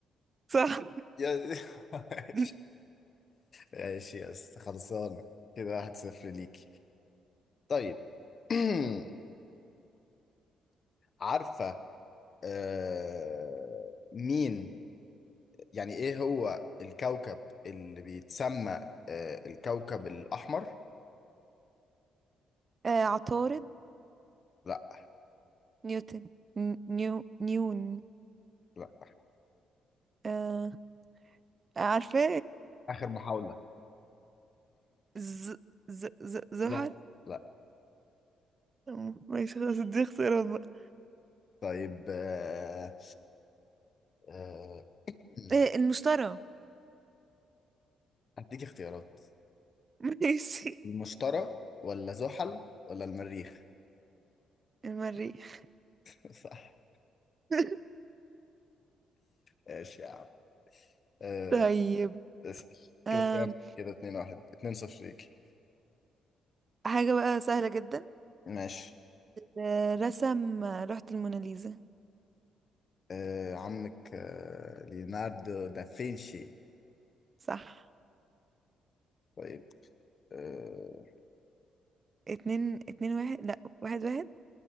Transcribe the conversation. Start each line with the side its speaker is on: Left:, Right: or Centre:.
Right: صح
Left: يا <laughs> ماشي
Right: <laughs>
Left: ماشي، يس خلصانة كده واحد صفر ليك طيب <clears throat> عارفة آه، مين يعني ايه هو الكوكب اللي بيتسمى آه، الكوكب الأحمر؟
Right: آه عطارد
Left: لا
Right: نيوتن ن- نيو نيون
Left: لا
Right: آه عارفة
Left: آخر محاولة
Right: <laughs> ز ز ز زحل
Left: لا لا
Right: اه ماشي خلاص دي اختيارات بقى
Left: طيب آه، آه، مم.
Right: إيه المشتري
Left: هديك اختيارات
Right: <laughs> ماشي
Left: المشتري ولا زحل ولا المريخ؟
Right: المريخ
Left: <laughs> صح
Right: <laughs>
Left: ماشي يا عم آه،
Right: طيب
Left: اسأل
Right: أم.
Left: كده كام؟ كده 2 1 2 0 ليك
Right: حاجة بقى سهلة جدا
Left: ماشي
Right: الرسم لوحة الموناليزا
Left: آه، عمك آه، ليوناردو دافنشي
Right: صح
Left: طيب آه،
Right: اتنين اتنين واحد لا واحد واحد